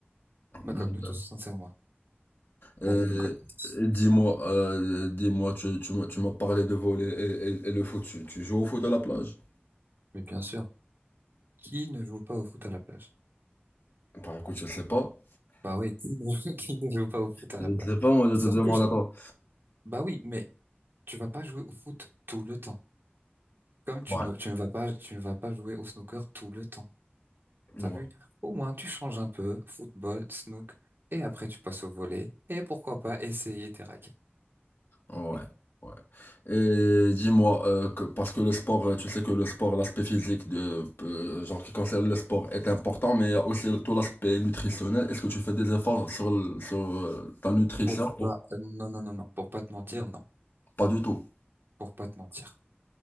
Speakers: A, on the right; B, on the left.
A: bah
B: Euh,
A: comme nous tous, sincèrement.
B: euh,
A: Bah, comme nous tous.
B: dis-moi, euh, dis-moi, tu, tu, m'as tu m'as parlé de voler et, et- et le foot. Tu, tu joues au foot à la plage?
A: Mais bien sûr, qui ne joue pas au foot à la plage?
B: Bah écoute, je sais pas.
A: Bah oui, qui ne, <laughs> qui ne joue pas au foot à
B: Je
A: la plage?
B: sais pas, moi je
A: Sauf
B: te demande
A: que je-
B: à toi.
A: bah oui, mais Tu vas pas jouer au foot tout le temps. Comme tu
B: Ouais,
A: ne, tu ne vas pas, tu ne vas pas jouer au snooker tout le temps.
B: ouais,
A: T'as vu? Au moins, tu changes un peu, football, snook, et après tu passes au volley, et pourquoi pas essayer tes raquettes.
B: ouais.
A: <laughs>
B: ouais. Et dis-moi, euh, que- parce que le sport, euh, tu sais que le sport, l'aspect physique de, euh, genre qui concerne le sport est important, mais il y a aussi tout l'aspect nutritionnel. Est-ce que tu fais des efforts sur, le- sur euh, ta nutrition?
A: Pour pas, euh, non, non, non, non, pour pas te mentir, non.
B: Pas du tout.
A: Pour pas te mentir.